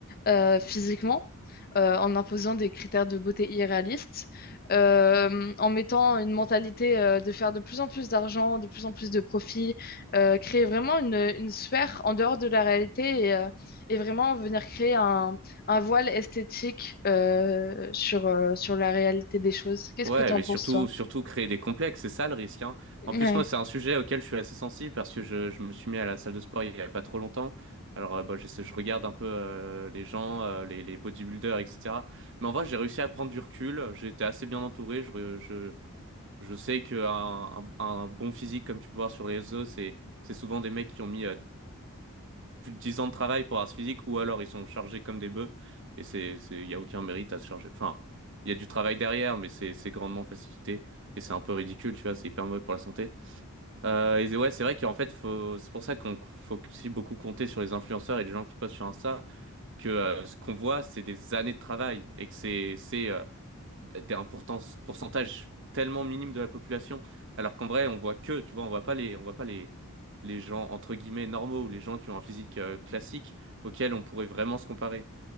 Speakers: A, on the left (about 40°); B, on the right (about 55°).
A: euh, physiquement, euh, en imposant des critères de beauté irréalistes, euh, en mettant une mentalité euh, de faire de plus en plus d'argent, de plus en plus de profits, euh, créer vraiment une, une sphère en dehors de la réalité et, euh, et vraiment venir créer un, un voile esthétique euh, sur, euh, sur la réalité des choses. Qu'est-ce
B: Ouais,
A: que tu en
B: mais
A: penses,
B: surtout,
A: toi?
B: surtout créer des complexes, c'est ça le risque, hein.
A: Ouais.
B: En plus, moi, c'est un sujet auquel je suis assez sensible parce que je, je me suis mis à la salle de sport il y a pas trop longtemps. Alors, euh, bah, je, sais- je regarde un peu euh, les gens, euh, les, les bodybuilders, etc. Mais en vrai, j'ai réussi à prendre du recul. J'ai été assez bien entouré. Je, re- je, je sais qu'un un, un bon physique, comme tu peux voir sur les réseaux, c'est, c'est souvent des mecs qui ont mis euh, plus de 10 ans de travail pour Ars Physique, ou alors ils sont chargés comme des bœufs, et c'est, c'est, il n'y a aucun mérite à se charger. Enfin, il y a du travail derrière, mais c'est, c'est grandement facilité, et c'est un peu ridicule, tu vois, c'est hyper mauvais pour la santé. Euh, et ouais, c'est vrai qu'en fait, faut, c'est pour ça qu'on faut aussi beaucoup compter sur les influenceurs et les gens qui postent sur Insta, que euh, ce qu'on voit, c'est des années de travail, et que c'est, c'est euh, des un pourtant- pourcentage tellement minime de la population, alors qu'en vrai, on voit que, tu vois, on voit pas les, on voit pas les, les gens entre guillemets normaux ou les gens qui ont un physique euh, classique auxquels on pourrait vraiment se comparer.